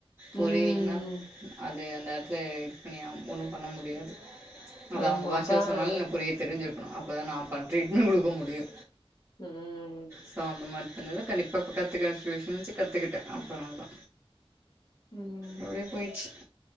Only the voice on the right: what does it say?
புரியலன்னா
அது அந்த எடத்துல இது பண்ணியாவனோ ஒன்னும் பண்ண முடியாது அது
அவங்க பாஷையில
சொன்னாலு எனக்குரியே தெரிஞ்சிருக்கணு அப்போதா நா பண் ட்ரீட்மென்ட் குடுக்க முடியு
ஸோ அந்த மாரி தண்ணில கண்டிப்பா கத்துக்க சுச்சுவேஷன் வந்துச்சி கத்துகிட்டே அப்றநா தா
அப்டே போய்ச்சு